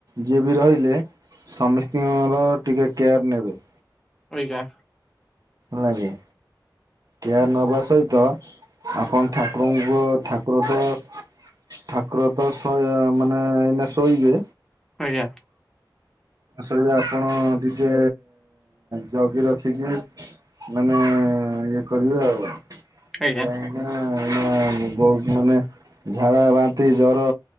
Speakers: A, on the right; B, in the centre.
A: ଯିଏ ବି ରହିଲେ, ସମିସ୍ତଙ୍କର ଟିକେ କେୟାର୍ ନେବେ।
B: ଏଇଗା
A: ଲାଗି। କେୟାର ନବା ସହିତ ଆପଣ ଠାକୁରଙ୍କୁ ଠାକୁର ତ- ଠାକୁର ତ ଶହେ ମାନେ ଏଇନେ ଶୋଇବେ।
B: ଆଜ୍ଞା,।
A: ସେଇ ଆପଣ ଟିକେ ଜଗି ରଖିକି ମାନେ ଇଏ କରିବେ ଆଉ। କାହିଁକି
B: ଆଜ୍ଞା
A: ନା ଏଇନା ବହୁତ ମାନେ ଝାଡା, ବା- ବାନ୍ତି ଜର